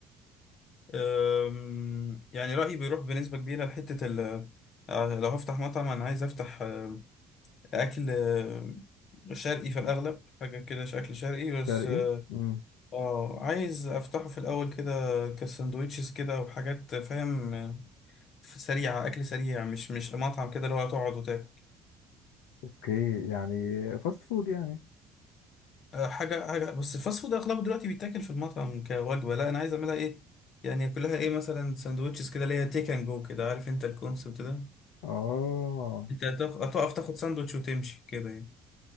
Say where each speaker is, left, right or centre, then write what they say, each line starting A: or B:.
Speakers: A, on the left; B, on the left.
A: أم، يعني رأيي بيروح بنسبة كبيرة لحتة ال آه، لو هفتح مطعم أنا عايز أفتح آه، أكل آه، شرقي في الأغلب حاجة كده شكل شرقي بس
B: شرقي؟ امم
A: اه عايز افتحه في الاول كده كساندوتشز كده وحاجات فاهم آه، سريعه اكل سريع مش مش مطعم كده اللي هو تقعد وتاكل
B: اوكي يعني فاست فود يعني
A: آه، حاجه حاجه بس الفاست فود اغلبه دلوقتي بيتاكل في المطعم كوجبه لا انا عايز اعملها ايه يعني كلها ايه مثلا ساندوتشز كده اللي هي تيك اند جو كده عارف انت الكونسبت ده
B: اه
A: انت هتقف هتقف تاخد ساندوتش وتمشي كده يعني